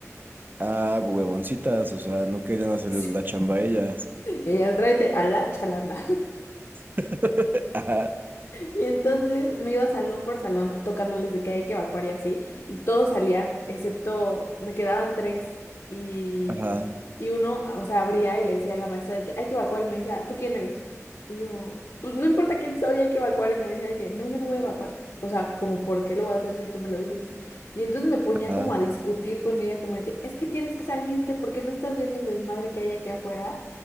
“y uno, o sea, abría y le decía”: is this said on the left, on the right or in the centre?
Left